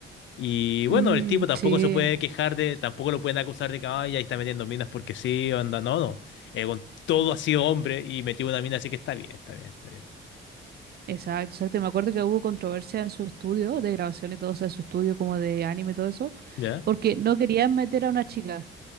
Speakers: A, on the left; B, on the right.
A: Y bueno,
B: Mm,
A: el tipo tampoco
B: sí,
A: se puede quejar de, tampoco lo pueden acusar de que, ay, ahí está metiendo minas porque sí, onda, no, no. Eh, con todo ha sido hombre y metió una mina, así que está bien, está bien, está bien.
B: exacto, exacto. Y Me acuerdo que hubo controversia en su estudio de grabación y todo, o sea, su estudio como de anime y todo eso,
A: ¿Ya?
B: porque no querían meter a una chica.